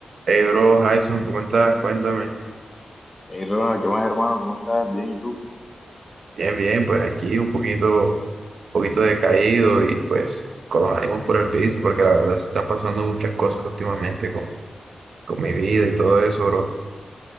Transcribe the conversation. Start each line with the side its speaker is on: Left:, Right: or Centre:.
Right: Hey, bro, Jason, ¿cómo estás? Cuéntame.
Left: Hey Ronald, ¿qué más hermano? ¿Cómo estás? Bien, ¿y tú?
Right: Bien, bien, pues aquí un poquito, un poquito decaído y pues con los ánimos por el piso, porque la verdad se están pasando muchas cosas últimamente con, con mi vida y todo eso, bro.